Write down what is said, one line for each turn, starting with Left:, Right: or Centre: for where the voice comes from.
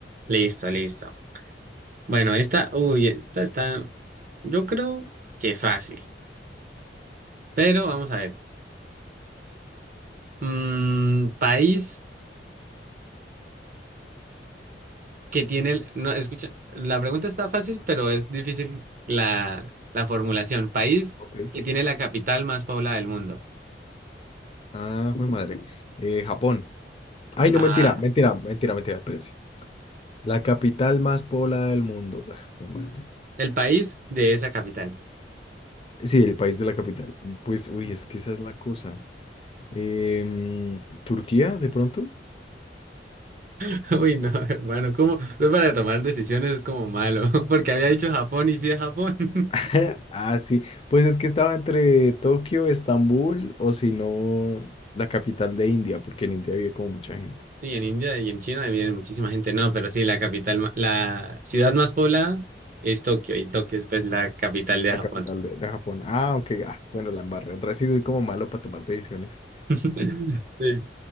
Right: Listo, listo. Bueno, esta, uy, esta está, yo creo que fácil, pero vamos a ver. Mm, país que tiene, el- no, escucha, la pregunta está fácil, pero es difícil la, la formulación. País
Left: Ok.
Right: que tiene la capital más poblada del mundo.
Left: Ah, fue madre. Eh, Japón. Ay,
Right: Ah,
Left: no, mentira, mentira, mentira, mentira, espérese. La capital más poblada del mundo. Ah, fue madre.
Right: el país de esa capital.
Left: Sí, el país de la capital. Pues, uy, es que esa es la cosa. Em, ¿Turquía, de pronto?
Right: <laughs> Uy, no, hermano, ¿cómo? Pues para tomar decisiones es como malo, <laughs> porque había dicho Japón y sí es Japón. <laughs>
Left: <laughs> Ah, sí. Pues es que estaba entre Tokio, Estambul o si no, la capital de India, porque en India vive como mucha gente.
Right: Sí, en India y en China viene muchísima gente, no, pero sí, la capital, ma- la ciudad más poblada es Tokio y Tokio es pues la capital de
Left: La
Right: Japón.
Left: capital de, de Japón. Ah, ok. Ah, bueno, la embarré. Otra vez sí soy como malo para tomar decisiones.
Right: <laughs> Sí.